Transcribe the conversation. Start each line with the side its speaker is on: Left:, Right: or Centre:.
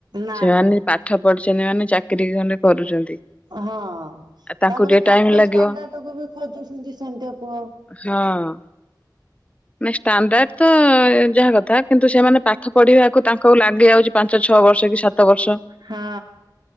Right: ନା
Left: ସେମାନେ
Right: ନା
Left: ପାଠ ପଢିଛନ୍ତି ମାନେ ଚାକିରୀ ଖଢେ କରୁଛନ୍ତି।
Right: ହଁ
Left: ଆଉ ତାଙ୍କୁ
Right: ତାପରେ
Left: ଟିକେ
Right: ତାଙ୍କ
Left: ଟାଇମ ଲାଗିବ
Right: ଷ୍ଟାଣ୍ଡଡକୁୁ ବି ଖୋଜୁଛନ୍ତି ସେମିତିଆ ପୁଅ
Left: ହଁ ତ ଯାହା କଥା କିନ୍ତୁ ସେମାନେ ପାଠ ପଢିବାକୁ ତାଙ୍କ ଲାଗି ଯାଉଛି ପାଞ୍ଚ ଛଅ ବର୍ଷ କି ସାତ ବର୍ଷ
Right: ହଁ